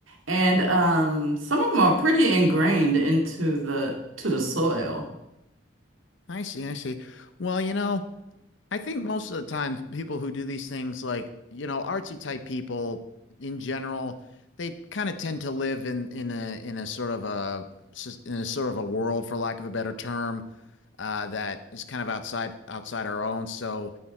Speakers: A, on the right; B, on the left.
A: and um some of them are pretty ingrained into the to the soil.
B: I see. I see. Well, you know. I think most of the time, people who do these things, like, you know, artsy type people in general, they kind of tend to live in in a in a sort of a in a sort of a world, for lack of a better term, uh, that is kind of outside outside our own. So